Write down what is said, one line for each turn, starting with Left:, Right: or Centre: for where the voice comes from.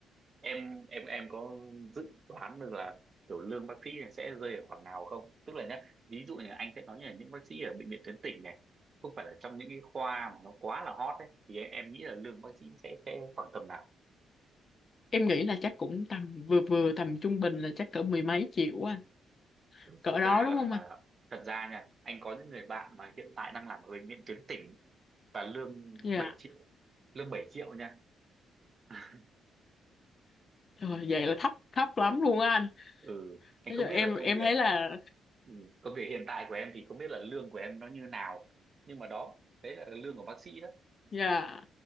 Right: em em em có dự đoán được là kiểu lương bác sĩ này sẽ rơi ở khoảng nào không tức là nhá ví dụ như anh sẽ nói như là những bác sĩ ở bệnh viện tuyến tỉnh này không phải là trong những cái khoa mà nó quá là hot ấy thì em, em nghĩ là lương bác sĩ sẽ sẽ khoảng tầm nào
Left: em nghĩ là chắc cũng tầm vừa vừa tầm trung bình là chắc cỡ mười mấy triệu á anh cỡ
Right: thật
Left: đó
Right: ra
Left: đúng
Right: là
Left: không anh
Right: thật ra nha anh có những người bạn mà hiện tại đang làm ở bệnh viện tuyến tỉnh và lương
Left: dạ
Right: 7 triệu lương 7 triệu nha <laughs>
Left: rồi vậy là thấp thấp lắm luôn á anh
Right: ừ anh
Left: nói
Right: không
Left: chung
Right: biết
Left: em
Right: là công
Left: em
Right: việc
Left: thấy là
Right: ừ, công việc hiện tại của em thì không biết là lương của em nó như nào nhưng mà đó đấy là lương của bác sĩ đó
Left: dạ